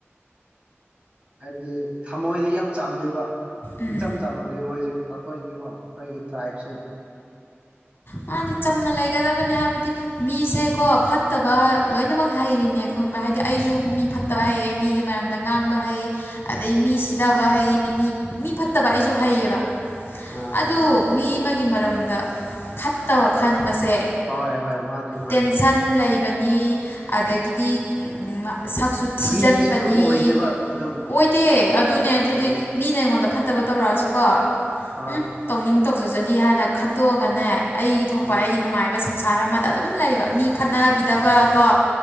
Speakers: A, on the right; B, on the left.
A: ꯍꯥꯏꯕꯗꯤ ꯊꯃꯣꯏꯗ ꯌꯥꯝ ꯆꯝꯃꯦꯕ
B: ꯎꯝ
A: ꯏꯆꯝ ꯆꯝꯕꯅꯦ ꯃꯣꯏꯁꯦ ꯑꯩꯈꯣꯏꯗꯤꯀꯣ ꯈꯣꯏꯒꯤ ꯇ꯭ꯔꯥꯏꯞꯁꯦ
B: ꯃꯥꯅꯤ ꯆꯝꯅ ꯂꯩꯒꯗꯕꯅꯤ ꯍꯥꯏꯕꯗꯤ ꯃꯤꯁꯦꯀꯣ ꯐꯠꯇꯕ ꯂꯣꯏꯅꯃꯛ ꯍꯩꯔꯤꯅꯦ ꯈꯪꯕ ꯍꯥꯏꯗꯤ ꯑꯩꯁꯨ ꯃꯤ ꯐꯠꯇꯕ ꯍꯩꯌꯦ ꯃꯤꯒꯤ ꯃꯔꯝꯗ ꯉꯥꯡꯕ ꯍꯩ ꯑꯗꯩ ꯃꯤ ꯁꯤꯗꯕ ꯍꯩ ꯃꯤ ꯃꯤ ꯐꯠꯇꯕ ꯑꯩꯁꯨ ꯍꯩꯌꯦꯕ
A: ꯑꯥ
B: ꯑꯗꯨ ꯃꯤ ꯑꯃꯒꯤ ꯃꯔꯝꯗ ꯐꯠꯇꯕ ꯈꯟꯕꯁꯦ
A: ꯍꯣꯏ ꯍꯣꯏ ꯃꯥꯅꯦ ꯃꯥꯅꯦ
B: ꯇꯦꯟꯁꯟ ꯂꯩꯕꯅꯤ ꯑꯗꯒꯤꯗꯤ ꯁꯛꯁꯨ ꯊꯤꯖꯤꯟꯕꯅꯤ
A: ꯐ꯭ꯔꯤꯁꯨ ꯑꯗꯨꯝ ꯑꯣꯏꯗꯦꯕ ꯑꯗꯨꯝ
B: ꯑꯣꯏꯗꯦ ꯑꯗꯨꯅꯦ ꯑꯗꯨꯗꯤ꯫
A: ꯎꯝ
B: ꯃꯤꯅ ꯑꯩꯉꯣꯟꯗ ꯐꯠꯇꯕ ꯇꯧꯔꯛꯑꯁꯨꯀꯣ
A: ꯍꯣꯏ
B: ꯎꯝ ꯇꯧꯅꯤꯡ ꯇꯧꯖꯖꯅꯤ ꯍꯥꯏꯅ ꯈꯟꯇꯣꯛꯑꯒꯅꯦ꯫ ꯑꯩꯒꯤ ꯊꯣꯛꯄ
A: ꯍꯣꯏ
B: ꯑꯩꯒꯤ ꯅꯨꯡꯉꯥꯏꯕ ꯁꯪꯁꯥꯔ ꯑꯃꯗ ꯑꯗꯨꯝ ꯂꯩꯕ ꯃꯤ ꯈꯠꯅꯕꯤꯗꯕꯀꯣ꯫